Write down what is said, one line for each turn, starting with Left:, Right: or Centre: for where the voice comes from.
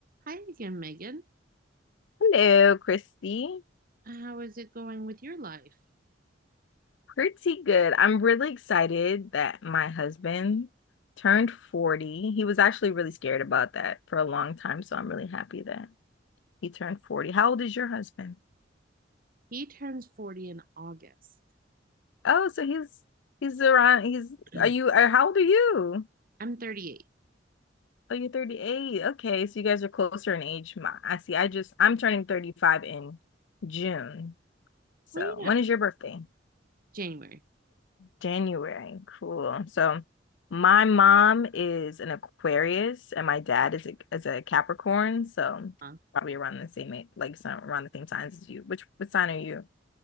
Right: Hi again, Megan.
Left: Hello, Christy.
Right: How is it going with your life?
Left: Pretty good. I'm really excited that my husband turned 40. He was actually really scared about that for a long time, so I'm really happy that he turned 40. How old is your husband?
Right: He turns 40 in August.
Left: Oh, so he's he's around he's
Right: <clears throat>
Left: are you are how old are you?
Right: I'm 38.
Left: Oh, you're 38. Okay, so you guys are closer in age. My, I see. I just I'm turning 35 in June. So,
Right: Well, you not
Left: when is your birthday?
Right: January,
Left: January. Cool. So my mom is an Aquarius and my dad is a is a Capricorn, so
Right: huh?
Left: probably around the same age, like some around the same signs as you. Which what sign are you?